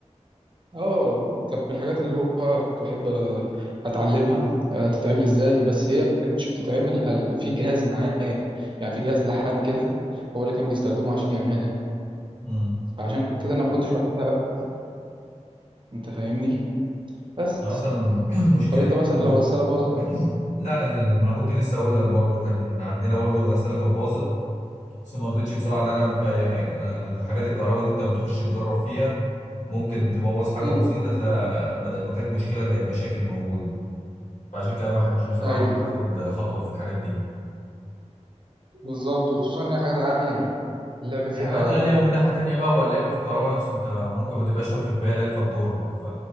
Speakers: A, on the right; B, on the left.
A: اه كانت من الحاجات اللي هو كنت بحب آه، اتعلمها آه، تتعمل ازاي بس هي ما كانتش بتتعمل ال- في جهاز معاه يعني في جهاز لحام كده هو اللي كان بيستخدمه عشان يعملها
B: امم
A: عشان كده انا ما كنتش بعملها بقى انت فاهمني بس
B: أنا اصلا <clears throat> المشكله
A: طب انت
B: دي
A: مثلا
B: ال-
A: لو الغسالة باظت
B: <clears throat>
A: او
B: لا ال- ما انا كنت لسه اقول لك برضو كان عندنا برضو الغساله كانت باظت بس ما رضيتش بصراحه ان انا اعمل فيها اي حاجه انا حاجات الكهرباء دي انت بتخش تجرب فيها ممكن تبوظ حاجه
A: امم
B: بسيطه تلاقي بدل ما كانت مشكله بقت مشاكل موجوده فعشان كده ما بحبش بصراحه
A: ايوه
B: ان أنا اخد خطوه في الحاجات دي
A: بالظبط وخصوصا ان هي حاجات غالية اللعب فيها
B: دي حاجات غالية ومن ناحية تانية بقى هو اللعب في الكهرباء نفسه انت ممكن ما تبقاش واخد بالك فتضرك ف...